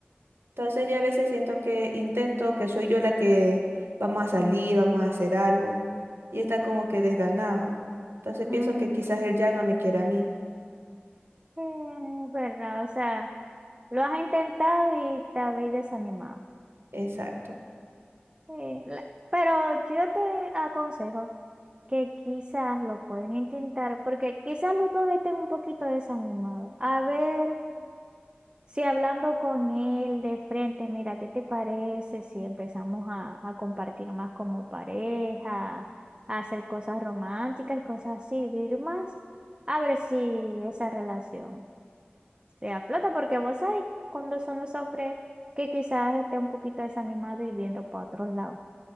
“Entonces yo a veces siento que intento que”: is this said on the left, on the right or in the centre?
Right